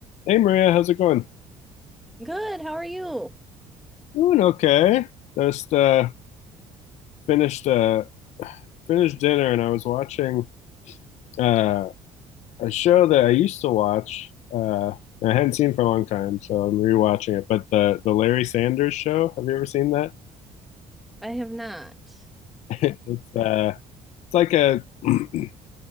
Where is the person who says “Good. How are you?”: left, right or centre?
Centre